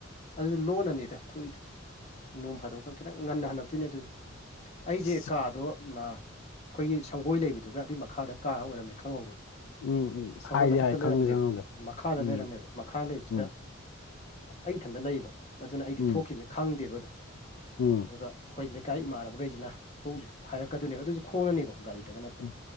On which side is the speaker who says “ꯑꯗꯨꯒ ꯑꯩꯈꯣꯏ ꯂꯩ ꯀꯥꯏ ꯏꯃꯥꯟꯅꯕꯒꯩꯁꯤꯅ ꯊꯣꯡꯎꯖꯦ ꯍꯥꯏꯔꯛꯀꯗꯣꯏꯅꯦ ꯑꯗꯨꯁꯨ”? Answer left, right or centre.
Left